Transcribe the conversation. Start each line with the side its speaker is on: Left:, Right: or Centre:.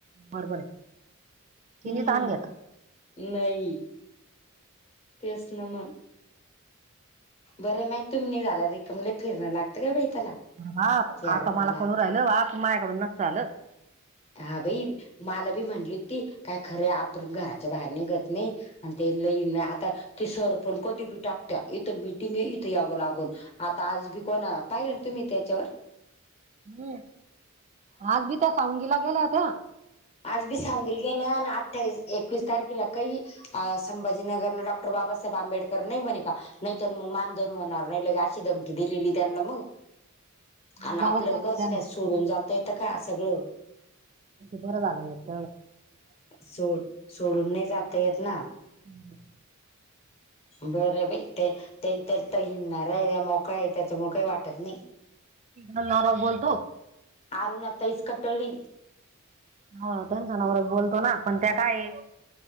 Right: बरोबर आहे तिने
Left: हम्म
Right: ताण घेत
Left: नाही तेच नामा बरे माय तुम्ही झाल्या रिकमले फिरणं लागतं का बाई त्याला
Right: अरे बाप
Left: सी आर
Right: आता
Left: पीला
Right: मला कळू राहिलं बाप माया्याकडून नस आलं
Left: हा भाई मला बी म्हंली ती काय खरं आपण घराच्या बाहेर नि घत नाही आणि ते लईन नाही आता ते सर पण कधी बी टाकत इथं मिीटिंग आहे इथे यावं लागून आता आज बी कोणा पाहिलं तुम्ही त्याच्यावर
Right: हम्म आज बी त्या सावंगीला गेल्या होत्या
Left: आज बी सांगल गेले आणि अठ्ठावीस एकवीस तारखेला काही अ संभाजीनगरला डॉक्टर बाबासाहेब आंबेडकर नाही बने का नाहीतर मग मानधन होणार नाही लगाशी धमकी दिलेली त्यांना मग
Right: मग
Left: आणि
Right: जावंच
Left: आपलं
Right: लागतं
Left: कस
Right: त्यांना
Left: काय सोडून जातयेत काय सगळ
Right: बर झा आल भट
Left: सोड सोडून नाही जाता येत ना
Right: हम्
Left: बरं बा ते त्यां हिडणार आहे त्या मोकळा आहे त्याच्यामुळे काही वाटत नाही
Right: ह नराज बोलतो
Left: आर ना तईस कटली
Right: हो टन्सन बोलतो ना पण त्या काय